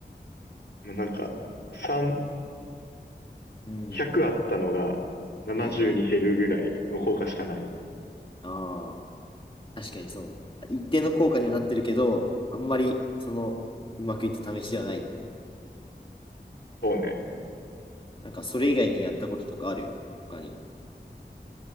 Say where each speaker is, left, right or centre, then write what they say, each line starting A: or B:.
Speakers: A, on the left; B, on the left.
A: まあ、なんか、3、
B: うん。
A: 100あったのが70に減るぐらいの効果しかない。
B: ええええああー、確かにその、一定の効果にはなってるけど、あんまり、その、うまくいった試しではないと。
A: そうね。
B: なんか、それ以外にやったこととかある他に。